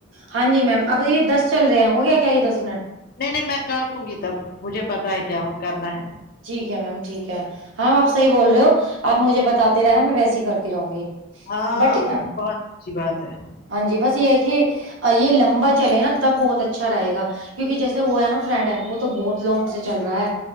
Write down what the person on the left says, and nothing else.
نہیں نہیں میں کاٹوں گی تب مجھے پتا ہے کیا کرنا ہیں
ہاں
بہت اچھی بات ہیں